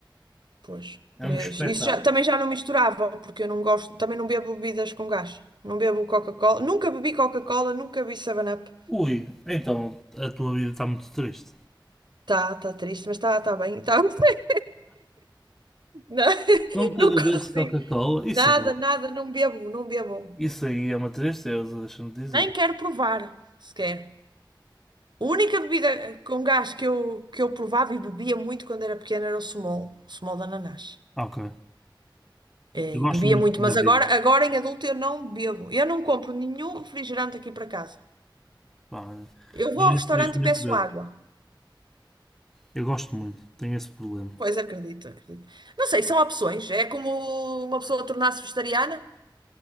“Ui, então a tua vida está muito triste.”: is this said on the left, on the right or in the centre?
Centre